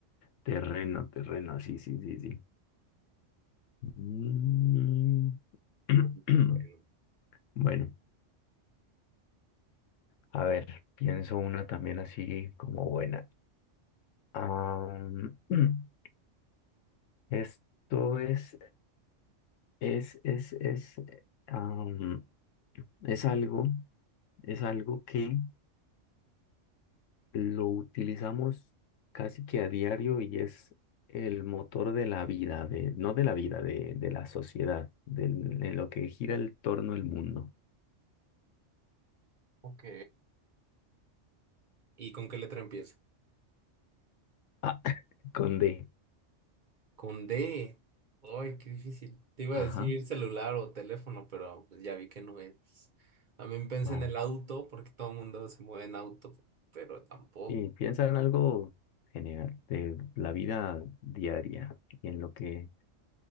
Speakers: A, on the left (about 85°); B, on the right (about 45°).
A: Terreno, terreno, sí, sí, sí, sí. Mm. <clears throat>
B: Un terreno.
A: Bueno, a ver, pienso una también así como buena. Am, <clears throat> esto es, es, es, es, am, es algo, es algo que lo utilizamos casi que a diario y es el motor de la vida, de, no de la vida, de, de la sociedad, del- en lo que gira el torno el mundo.
B: Ok. ¿Y con qué letra empieza?
A: Ah, <laughs> con D.
B: Con D. Ay, qué difícil. Te iba
A: Ajá,
B: a decir celular o teléfono, pero pues ya vi que no es. También pensé
A: no.
B: en el auto, porque todo el mundo se mueve en auto, pero tampoco.
A: Y piensa en algo general, de la vida diaria y en lo que,